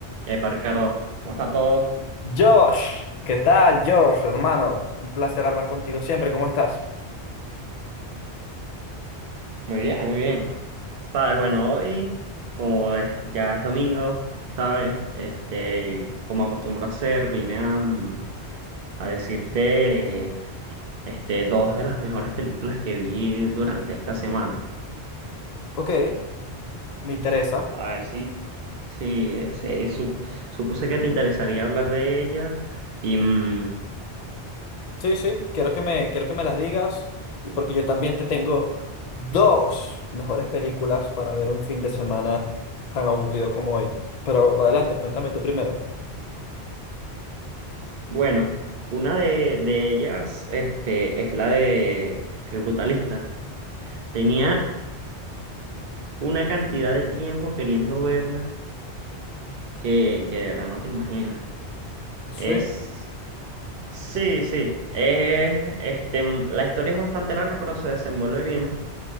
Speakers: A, on the right; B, on the left.
A: Epa, Ricardo, ¿cómo está todo?
B: Josh, ¿qué tal, Josh, hermano? Un placer hablar contigo siempre, ¿cómo estás?
A: Muy bien, muy bien. Sabes, bueno, hoy, como es- ya es domingo, ¿sabes? Este, como acostumbro a hacer, vine a, mm, a decirte, eh, este, dos de las mejores películas que vi durante esta semana.
B: Ok, me interesa.
A: Para ver si... Sí, eh, sí, sup- supuse que te interesaría hablar de ellas. Y mm,
B: Sí, sí, quiero que me, quiero que me las digas y porque yo también te tengo dos mejores películas para ver un fin de semana tan aburrido como hoy. Pero adelante, cuéntame tú primero.
A: bueno, una de, de ellas, este, es la de El Brutalista. Tenía una cantidad de tiempo queriendo verla que, que de verdad no te imaginas.
B: Sí,
A: Es... Sí, sí. Es, este, mm, la historia es bastante larga, pero se desenvuelve bien.